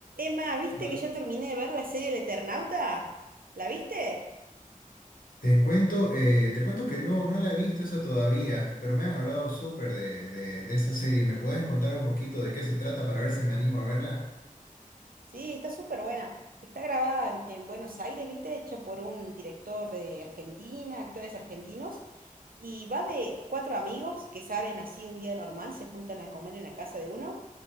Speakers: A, on the right; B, on the left.
A: Emma, ¿viste
B: Hola.
A: que ya terminé de ver la serie El Eternauta? ¿La viste?
B: Te cuento, eh, te cuento que no, no la he visto esa todavía, pero me han hablado súper de, de, de esa serie. ¿Me puedes contar un poquito de qué se trata para ver si me animo a verla?
A: Sí, está súper buena. Está grabada en, en Buenos Aires, ¿viste? Hecha por un director de Argentina, actores argentinos, Y va de cuatro amigos que salen así un día normal, se juntan a comer en la casa de uno